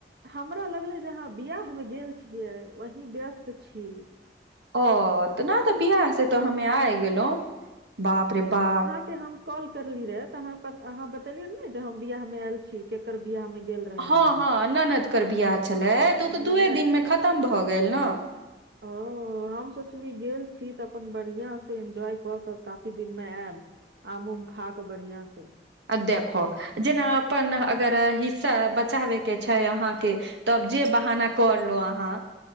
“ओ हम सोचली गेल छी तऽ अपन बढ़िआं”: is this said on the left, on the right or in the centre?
Right